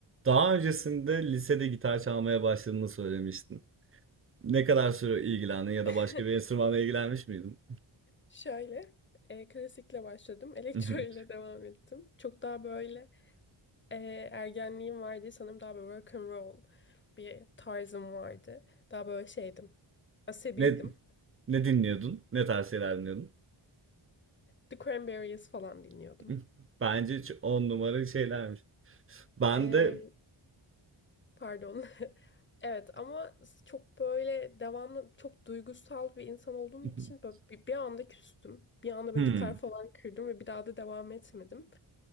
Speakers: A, on the right; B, on the left.
A: Daha öncesinde lisede gitar çalmaya başladığını söylemiştin. Ne kadar süre ilgilendin ya
B: <laughs>
A: da başka bir enstrümanla ilgilenmiş miydin?
B: Şöyle, e, klasikle başladım. <laughs> Elektro
A: <laughs>
B: ile devam ettim. Çok daha böyle e, ergenliğim vardı. Sanırım daha böyle rock and roll bir tarzım vardı. Daha böyle şeydim. Asabiydim.
A: Ne ne dinliyordun? Ne tarz şeyler dinliyordun?
B: The Cranberries falan dinliyordum.
A: <laughs> Bence hiç on numara şeylermiş. Ben
B: E,
A: de
B: pardon. <laughs> Evet ama çok böyle devamlı çok duygusal bir insan olduğum
A: <laughs>
B: için böyle bir, bir anda küstüm. Bir anda böyle
A: hmm.
B: gitar falan
A: <laughs>
B: kırdım ve bir daha da devam etmedim.